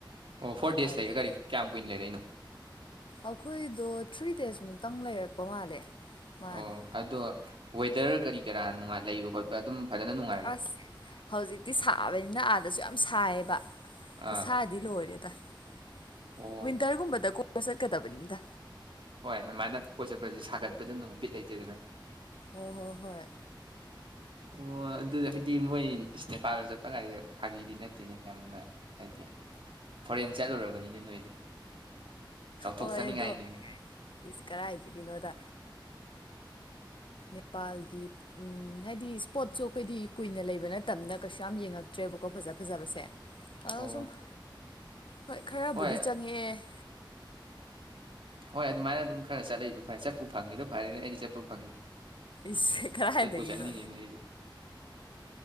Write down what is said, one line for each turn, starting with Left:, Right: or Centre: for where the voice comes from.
Right: ꯑꯣ ꯐꯣꯔ ꯗꯦꯖ
Left: ꯑꯗꯨ
Right: ꯂꯩ ꯀꯔꯤ ꯀꯌꯥꯝ ꯀꯨꯏꯅ ꯂꯩꯔꯛꯏꯅꯣ
Left: ꯑꯩꯈꯣꯏꯗꯣ ꯊ꯭ꯔꯤ ꯗꯦꯖꯃꯨꯛꯇꯪ ꯂꯩꯔꯛꯄ ꯃꯥꯜꯂꯦ ꯃꯥꯅꯦ
Right: ꯑꯣ ꯑꯗꯣ ꯋꯦꯗꯔ ꯀꯔꯤ ꯀꯔꯥ ꯅꯨꯡꯉꯥꯏ ꯂꯩꯕ ꯈꯣꯠꯄ ꯑꯗꯨꯝ ꯐꯖꯅ ꯅꯨꯡꯉꯥꯏꯕ꯭ꯔꯥ
Left: ꯑꯁ ꯍꯧꯖꯤꯛꯇꯤ ꯁꯥꯕꯅꯤꯅ ꯑꯥꯗꯁꯨ ꯌꯥꯝ ꯁꯥꯏꯌꯦꯕ ꯈꯨꯠꯁꯥꯗꯤ
Right: ꯑꯥ
Left: ꯂꯣꯏꯔꯦ <inaudible>
Right: ꯑꯣ
Left: ꯋꯤꯟꯇꯔꯒꯨꯝꯕꯗ ꯁꯛ ꯀꯗꯕꯅꯤꯗ
Right: ꯍꯣꯏ ꯑꯗꯨꯃꯥꯏꯅ ꯀꯣꯏ ꯆꯠꯄꯁꯤ ꯁꯥꯒꯠꯄꯗꯨ <unintelligible> ꯂꯩꯇꯦꯗꯅ
Left: ꯍꯣꯏ ꯍꯣꯏ ꯍꯣꯏ
Right: ꯑꯣ ꯑꯗꯨꯗꯤ ꯍꯥꯏꯗꯤ ꯃꯣꯏ ꯅꯦꯄꯥꯜꯗ ꯆꯠꯄ ꯀꯥꯏꯁꯦ ꯐꯥꯒꯤꯗꯤ ꯅꯠꯇꯦꯅꯦ ꯌꯥꯝꯅ ꯍꯥꯏꯗꯤ ꯐꯣꯔꯦꯟ ꯆꯠꯂꯨꯔꯕꯅꯤꯅꯦ ꯅꯣꯏꯗꯤ ꯆꯥꯎꯊꯣꯛꯆꯅꯤꯡꯉꯥꯏꯅꯤ
Left: ꯍꯣꯏ ꯑꯗꯣ ꯏꯁ ꯀꯗꯥꯥꯏꯗꯒꯤꯅꯣꯗ ꯅꯦꯄꯥꯜꯒꯤ ꯍꯥꯏꯗꯤ ꯏꯁ꯭ꯄꯣꯔꯠꯁꯨ ꯑꯩꯈꯣꯏꯗꯤ ꯀꯨꯏꯅ ꯂꯩꯕ ꯅꯠꯇꯝꯅꯤꯅꯥ ꯀꯩꯁꯨ ꯌꯥꯝ ꯌꯦꯡꯉꯛꯇ꯭ꯔꯦꯕ ꯐꯖꯥ ꯐꯖꯥꯕꯁꯦ <unintelligible>
Right: ꯑꯣ
Left: ꯍꯣꯏ ꯈꯔꯕꯨꯗꯤ
Right: ꯍꯣꯏ
Left: ꯆꯪꯉꯛꯑ
Right: ꯍꯣꯏ ꯑꯗꯨꯃꯥꯏꯅ ꯑꯗꯨꯝ ꯈꯔ ꯆꯠꯂꯤꯗꯣ ꯐꯔꯦ ꯆꯠꯄ ꯐꯪꯉꯤꯗꯣ ꯐꯔꯦꯅꯦ ꯑꯩꯗꯤ ꯆꯠꯄ ꯐꯪꯗꯦ
Left: ꯏꯁ ꯀꯔꯥꯏꯗꯒꯤꯅꯣꯗ
Right: ꯆꯠꯄꯨ ꯆꯠꯅꯤꯡꯉꯤꯅꯦ <unintelligible>